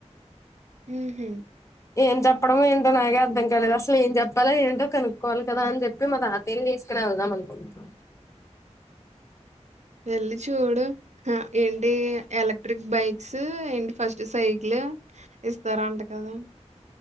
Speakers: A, on the right; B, on the left.
A: మ్ హ్
B: ఏం చెప్పడం ఏంటి అ నాగే అర్థం కాలేదు అసలు ఏం చెప్పాలో ఏంటో కనుక్కోవాలి కదా అని చెప్పి మా తాతయ్యని తీసుకుని వెళ్దాం అనుకుంటాం
A: వెళ్ళి చూడు ఆ ఏంటి ఎలెక్ట్రిక్ బైక్ స్ ఏంటి ఫస్ట్ సైకిల్ ఇస్తారా అంట కదా